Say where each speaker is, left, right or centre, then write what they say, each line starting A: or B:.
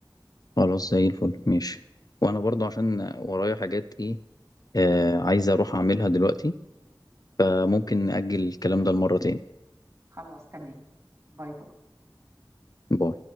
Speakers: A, on the left (about 50°); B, on the right (about 30°).
A: خلاص زي الفل ماشي وانا برضو عشان ورايا حاجات ايه آه عايز اروح اعملها دلوقتي آه ممكن نأجل الكلام ده لمره تاني
B: خلاص تمام باي باي
A: باي